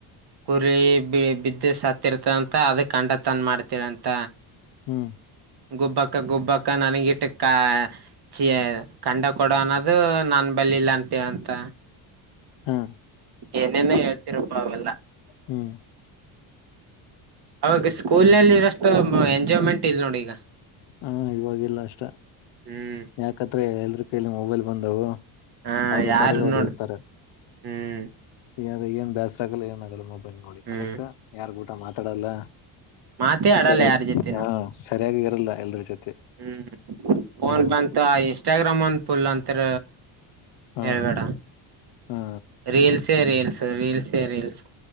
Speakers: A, on the right; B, on the left.
A: ಕುರಿ ಬಿ ಬಿದ್ದು ಸತ್ತರ್ತಂತ ಅದ ಕಂಡ ತಂದ ಮಾಡ್ತರಂತ
B: ಹ್ಮ್
A: ಗೊಬ್ಬಕ್ಕ ಗೊಬ್ಬಕ್ಕ ನನಗಿಟ್ಟ ಕ ಸಿ ಕಂಡ ಕೊಡ ಅನ್ನೋದು ನನ್ ಬಲಿಲ್ಲ ಅಂತೀವ ಅಂತ
B: ಹಾ
A: ಏನೇನ ಹೇಳ್ತಿೀರಪ್ಪ ಅವೆಲ್ಲ
B: ಹ್ಮ್
A: ಅವಾಗ ಸ್ಕೂಲ್ ನಲ್ಲಿರಷ್ಟು ಎಂಜಾಯ್ಮೆಂಟ್ ಇಲ್ ನೋಡಿ ಈಗ
B: ಹಾ ಇವವಾಗಿಲ್ಲ ಅಷ್ಟ
A: ಹ್ಮ್
B: ಯಾಕತ್ರೆ ಎಲ್ರಿ ಕೈಲ್ಲಿ ಮೊಬೈಲ್ ಬಂದವು
A: ಹಾ
B: ಅವ್ರು
A: ಯಾರು
B: ಪಡೆಗ ಅವ್ರು
A: ನೋಡ
B: ಹೇಳ್ತಾರೆ
A: ಹ್ಮ್
B: ಈದ ಏನ್ ಬ್ಯಾಸ್ರ ಆಗಲ್ಲ ಏನ್ ಆಗಲ್ಲ ಮೊಬೈಲ್ ನೋಡಿ
A: ಹ್ಮ್
B: ಅದಕ್ಕ ಯಾರ್ ಊಟ ಮಾತಾಡಲ್ಲ
A: ಮಾತೇ ಆಡಲ್ಲ
B: ಸರಿ
A: ಯಾರ ಜೊತೆನು
B: ಹಾ ಸರಿಯಾಗಿ ಇರಲ್ಲ ಎಲ್ರ ಜೊತೆ
A: ಹ್ಮ್ ಫೋನ್
B: ಹ್ಮ
A: ಬಂತ ಇನ್ಸ್ಟಾಗ್ರಾಮ್ ಅಂದ ಪಫುಲ್ ಅಂತರ
B: ಹಾ
A: ಹೇಳ್ಬೇಡ
B: ಹಾ
A: ರೀಲ್ಸ ರೀಲ್ಸ್ ರೀಲ್ಸ ರೀಲ್ಸ್